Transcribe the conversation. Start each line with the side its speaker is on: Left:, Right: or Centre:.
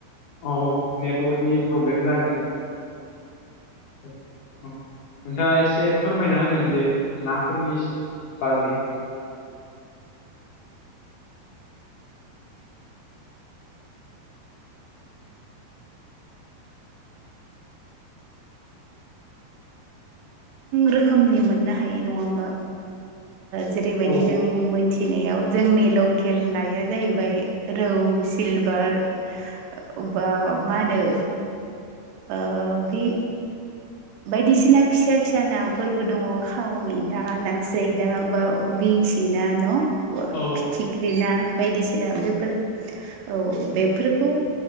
Left: औ नेटवर्कनि प्रब्लेम जागोन। औ औ नोंथाङा एसे फोरमायना होगोन जे नाफोरनि बागै
Right: रोखोमनि मोननो हायो नङा होमबा जेरैबायदि
Left: औ
Right: जों मोनथि फिनायाव जोंनि लकेल लइाया जाहैबाय रौ सिलभार अबा मा होनो आ बि बायदिसिना फिसा फिसा नाफोरबो दङ खावै ना नास्राय ना बा बिंस ना न'
Left: औ
Right: फिथिख्रि ना बायदिसिना बेफोर औ बेफोरखौ